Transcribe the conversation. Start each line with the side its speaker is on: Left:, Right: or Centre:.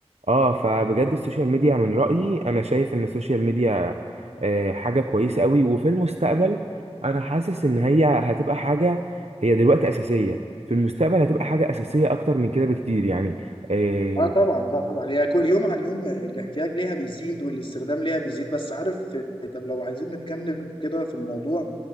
Right: اه فبجد السوشيال ميديا من رايي انا شايف ان السوشيال ميديا آه حاجه كويسه قوي وفي المستقبل انا حاسس ان هي هتبقى حاجه هي دلوقتي اساسيه في المستقبل هتبقى حاجة أساسية أكتر من كده بكتير يعني آه،
Left: اه طبعا طبعا هي كل يوم عن يوم الاحتياج ليها بيزيد والاستخدام ليها بيزيد بس عارف طب لو عايزين نتجنب كده في الموضوع